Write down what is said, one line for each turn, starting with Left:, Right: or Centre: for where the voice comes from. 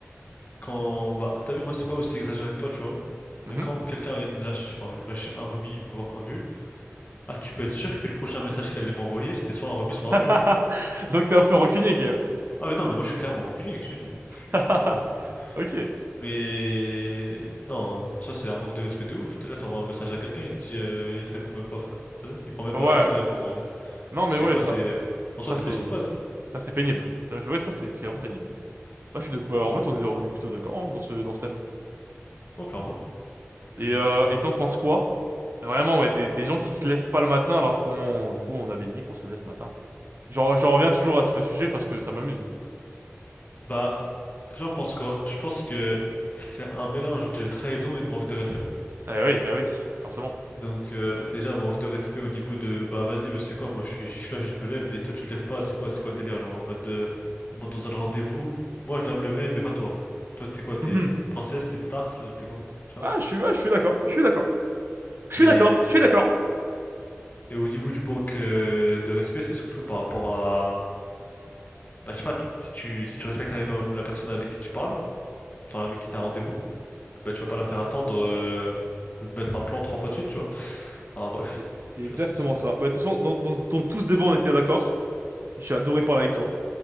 Left: quand. Bah, t'as vu, moi, c'est pas aussi exagéré que toi, tu vois.
Right: Mhm.
Left: Mais quand quelqu'un il me lâche, enfin, il me lâchait un remis, voire un vu, ah, tu peux être sûr que le prochain message qu'il allait m'envoyer, c'était soit un remis, soit un
Right: <laughs>
Left: vu, hein.
Right: Donc t'es un peu rancunier quand même.
Left: Ah, mais non, mais moi, je suis clairement rancunier, je t'ai dit. Je suis,
Right: <laughs>
Left: je suis clairement rancunier.
Right: Ok.
Left: Mais non, hein. ça c'est un manque de respect de ouf. T'es là, t'envoies un message à quelqu'un, il te dit, euh, il te répond même pas, frère. Vas-y, il prend même
Right: Ouais.
Left: pas la peine de répondre en fait.
Right: Non
Left: C'est
Right: mais
Left: c'est
Right: ouais,
Left: quoi,
Right: ça,
Left: c'est euh,
Right: ça
Left: en soi t'es
Right: c'est,
Left: pas son pote.
Right: ça c'est pénible. Euh, Ouais, ça c'est c'est vraiment pénible. Bah, je suis d'accord. Bah,
Left: Ah
Right: en
Left: Bah,
Right: fait,
Left: ouais.
Right: on est, on est plutôt d'accord hein, dans ce dans ce thème.
Left: non, clairement. Donc,
Right: Et
Left: euh,
Right: euh,
Left: voilà.
Right: et t'en penses quoi? Vraiment, ouais, des, des gens qui se lèvent pas le matin alors qu'on, du coup, on avait dit qu'on se levait ce matin. Genre, je reviens toujours à ce sujet parce que ça m'amuse.
Left: Bah, j'en pense quoi? Je pense que c'est un mélange de trahison et de manque de respect.
Right: Eh oui, bah oui, forcément.
Left: Donc euh, déjà manque de respect au niveau de bah vas-y mais c'est quoi moi je suis, je suis là je me lève et toi tu te lèves pas c'est quoi c'est quoi le délire genre en mode de- en mode dans un rendez-vous moi je dois me lever mais pas toi toi t'es quoi t'es
Right: Mhm.
Left: t'es une princesse t'es une star c'est- t'es quoi tu vois
Right: Ah, je suis, ouais, je suis d'accord, je suis d'accord. Je suis
Left: et,
Right: d'accord, je suis d'accord.
Left: et au niveau du manque euh, de respect c'est surtout par rapport à bah je sais pas tu- si tu si tu respectes un minimum la personne avec qui tu parles enfin avec qui t'as un rendez-vous bah tu vas pas la faire attendre euh, ou lui mettre un plan trois fois de suite tu vois enfin bref
Right: C'est c'est
Left: tu
Right: exactement
Left: vois c'est c'est-
Right: ça. Bah, de toute façon, dans, dans, dans tout ce débat, on était d'accord. J'ai adoré parler avec toi.